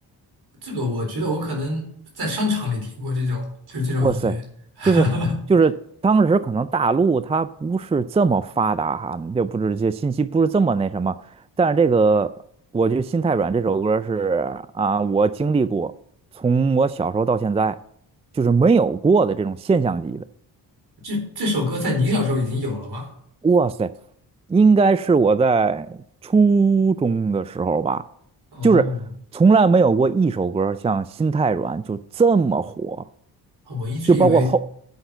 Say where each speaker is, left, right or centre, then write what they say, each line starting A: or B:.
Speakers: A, on the right; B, on the right.
A: <laughs> 这个，我觉得我可能在商场里听过这种，就是这种音乐。
B: 哇塞，
A: <laughs>
B: 就是就是当时可能大陆它不是这么发达哈，就不是这些信息不是这么那什么，但是这个我觉得《心太软》这首歌是啊，我经历过，从我小时候到现在就是没有过的这种现象级的。
A: 这这首歌在你小时候已经有了吗？
B: 哇塞，应该是我在初中的时候吧，
A: 哦，
B: 就是从来没有过一首歌像《心太软》就这么火，
A: 我一直以为，
B: 就包括后，